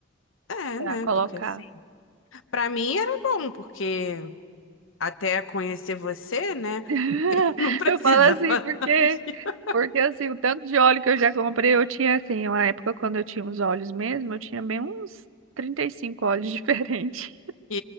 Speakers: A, on the left (about 80°); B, on the right (about 85°).
A: É,
B: pra
A: né?
B: colocar.
A: Porque assim, pra mim era bom, porque até conhecer você, né? <laughs>
B: <laughs>
A: Eu não precisava
B: Eu falo assim
A: <laughs>
B: porque, porque assim, o tanto de óleo que eu já comprei, eu tinha assim, uma época quando eu tinha os olhos mesmo, eu tinha bem uns 35 olhos <laughs> diferentes.
A: Que